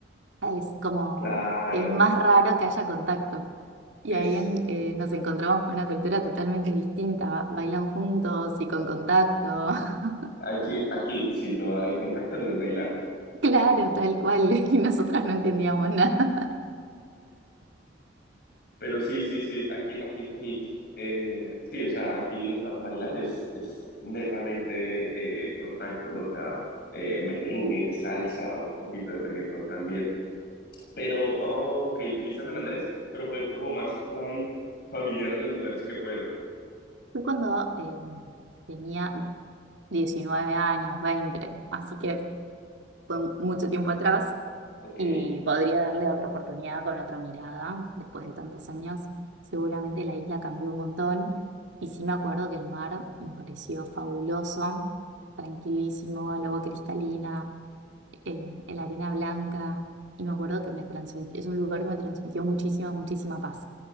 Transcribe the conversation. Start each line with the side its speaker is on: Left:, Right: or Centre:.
Right: Es como,
Left: Claro.
Right: es más raro que haya contacto. Y
Left: Es,
Right: ahí en- eh, nos encontramos con una cultura totalmente distinta. ba- Bailan juntos y con contacto. <laughs>
Left: aquí, aquí, si no hay contacto, no es bailar.
Right: Claro, tal cual. <laughs> Y nosotras no entendíamos nada.
Left: Pero sí, sí, sí, aquí, aquí es así. Eh, sí, o sea, aquí es ba- bailar es, es netamente eh, contacto, ¿no? O sea, eh, merengue, salsa, un poquito de reggaetón también. Pero, oh, ok, fuiste a San Andrés, pero fue como más plan familiar a los lugares que fueron.
Right: Fue cuando eh, tenía 19 años, veinte Así que fue mucho tiempo atrás.
Left: Ok,
Right: y podría darle otra oportunidad con otra mirada después de tantos años. Seguramente la isla cambió un montón y sí me acuerdo que el mar me pareció fabuloso, tranquilísimo, el agua cristalina, eh, la arena blanca y me acuerdo que me transmitió, es un lugar que me transmitió muchísima, muchísima paz.